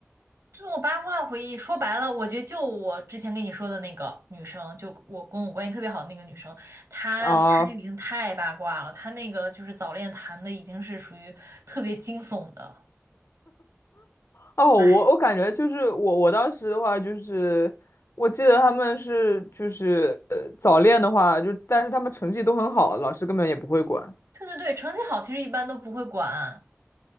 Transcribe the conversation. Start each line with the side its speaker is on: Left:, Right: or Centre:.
Right: 这种八卦回忆，说白了，我觉得就我之前跟你说的那个女生，就我跟我关系特别好的那个女生，她她就已经太八卦了，
Left: <laughs> 啊
Right: 她那个就是早恋谈的已经是属于特别惊悚的。
Left: 哦，我我感觉就是我我当时的话就是，
Right: 哎，
Left: 我记得他们是就是呃早恋的话，就但是他们成绩都很好，老师根本也不会管，
Right: 对对对，成绩好其实一般都不会管，